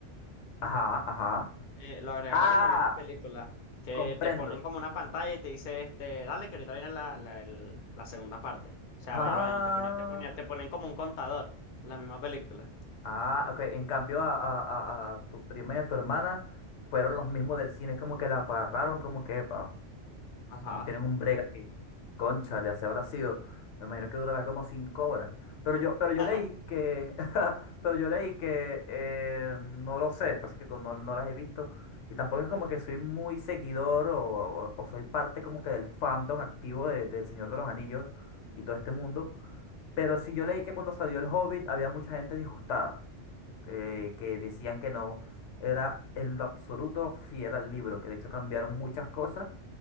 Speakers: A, on the left; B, on the left.
A: Ajá, ajá.
B: eh, lo agregaron
A: Ah,
B: en la misma película, que
A: comprendo.
B: te ponen como una pantalla y te dice, este, dale, que ahorita viene la, la, el- la segunda parte. O sea,
A: Ah,
B: ve al baño y te ponía- te ponía- te ponen como un contador en la misma película.
A: ah, ok. En cambio, a, a, a, a tu prima y a tu hermana fueron los mismos del cine, es como que la pararon, como que, epa.
B: Ajá.
A: Tienen un break aquí. Cónchale, así habrá sido. Me imagino que durará como cinco horas. Pero yo, pero yo
B: <laughs>
A: leí que, <laughs> pero yo leí que eh, no lo sé, pasa que como no, no las he visto. Y tampoco es como que soy muy seguidor o, o- o soy parte como que del fandom activo de, de El Señor de los Anillos y todo este mundo. Pero sí yo leí que cuando salió El Hobbit había mucha gente disgustada, eh, que decían que no era en lo absoluto fiel al libro, que de hecho cambiaron muchas cosas